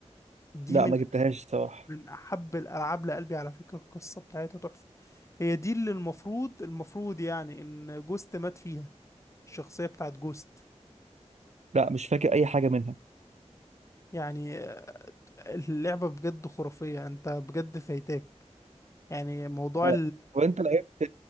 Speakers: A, on the left; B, on the right.
A: دي
B: لا
A: من
B: ما جبتهاش الصراحة
A: من احب الالعاب لقلبي على فكره القصه بتاعتها تحفه هي دي اللي المفروض المفروض يعني ان جوست مات فيها الشخصيه بتاعت جوست
B: لا مش فاكر أي حاجة منها
A: يعني آه، اللعبه بجد خرافيه انت بجد فايتاك يعني موضوع
B: آه، وأنت لعبت